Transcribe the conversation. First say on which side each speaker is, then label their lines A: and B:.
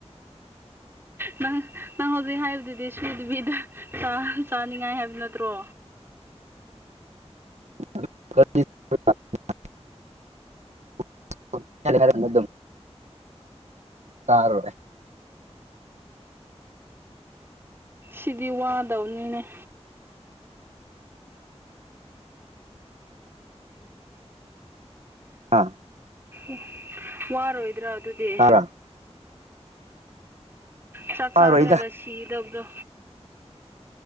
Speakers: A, on the right; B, on the right.
A: ꯅꯪ ꯅꯪ ꯍꯧꯖꯤꯛ ꯍꯥꯏꯔꯤꯕꯗꯨꯗꯤ ꯁꯨꯗꯕꯤꯗ ꯆꯥꯅꯤꯡꯉꯥꯏ ꯍꯥꯏꯕ ꯅꯠꯇ꯭ꯔꯣ
B: ꯔ ꯑꯗꯨ ꯁꯥꯔꯦ
A: ꯁꯤꯗꯤ ꯋꯥꯗꯧꯅꯤꯅꯦ
B: ꯑꯥ
A: ꯎ ꯋꯥꯔꯣꯏꯗ꯭ꯔꯥ ꯑꯗꯨꯗꯤ
B: ꯇꯥꯕ꯭ꯔꯥ
A: ꯆꯥꯛ
B: ꯆꯥꯔꯣꯏꯗ
A: ꯆꯥꯗ꯭ꯔꯒ ꯁꯤꯗꯕꯗꯣ